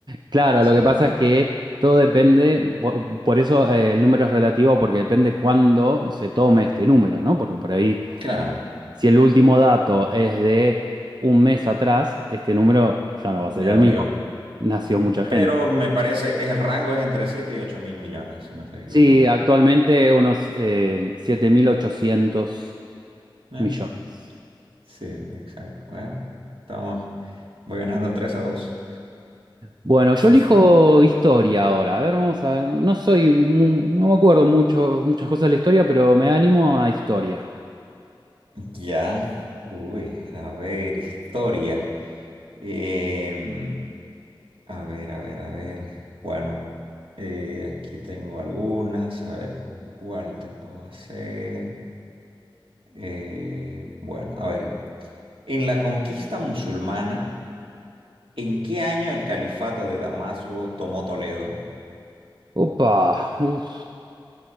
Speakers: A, on the right (about 55°); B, on the right (about 85°).
A: Claro,
B: sí,
A: lo que pasa es que todo depende, po- por, eso eh, el número es relativo, porque depende cuándo se tome este número, ¿no? Porque por ahí,
B: claro.
A: si el último dato es de un mes atrás, este número ya no
B: Ya
A: va a ser el
B: varió.
A: mismo, porque nació
B: Ujú.
A: mucha gente.
B: Pero me parece, es- el rango es entre 7 y ocho mil millones, si no estoy equivocado.
A: Sí, actualmente unos eh, siete mil ochocientos
B: Ya,
A: millones.
B: ya. Sí, exacto. Bueno, estamos, voy ganando tres a dos.
A: Bueno, yo
B: <laughs>
A: elijo historia ahora. A ver, vamos a ver. No soy, mu- no me acuerdo mucho, muchas cosas de la historia, pero me animo a historia.
B: Ya, uy, a ver, historia. Em, a ver, a ver, a ver. Bueno, eh, aquí tengo algunas, a ver con cuál te puedo hacer. Eh, bueno, a ver. En la conquista musulmana, ¿En qué año el califato de Damasco tomó Toledo?
A: Opa, uf,